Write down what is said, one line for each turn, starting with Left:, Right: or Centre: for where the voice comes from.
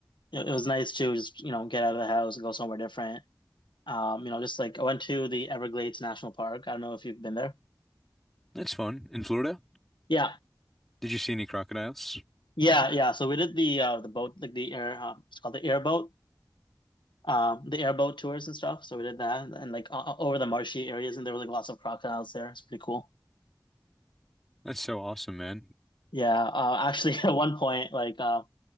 Left: it, it was nice to just you know get out of the house and go somewhere different. Um, you know, just like I went to the Everglades National Park. I don't know if you've been there.
Centre: that's fun. In Florida,
Left: Yeah,
Centre: did you see any crocodiles?
Left: yeah, yeah. So we did the uh the boat like the air uh, it's called the airboat. Um, the airboat tours and stuff. So we did that, and like uh, over the marshy areas, and there were like lots of crocodiles there. It's pretty cool.
Centre: That's so awesome, man.
Left: Yeah, uh, actually, <laughs> at one point, like uh,